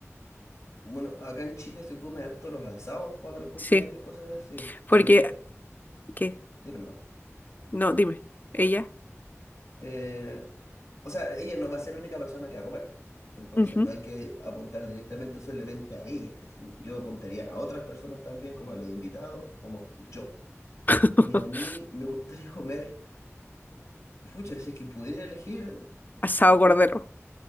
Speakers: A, on the left (about 80°); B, on the left (about 35°).
A: Bueno, acá en Chile se come harto los asados para los cumpleaños
B: sí,
A: y cosas así,
B: porque,
A: pero oye,
B: ¿qué?
A: dime nomás.
B: No, dime, ella.
A: Eh, O sea, ella no va a ser la única persona que va a comer. Entonces
B: Ujú.
A: no hay que apuntar directamente solamente a ella. Es decir, Yo apuntaría a otras personas también, como a los invitados, como yo.
B: <laughs>
A: Y a mí me gustaría <laughs> comer, pucha, si es que pudiera elegir,
B: Asado cordero.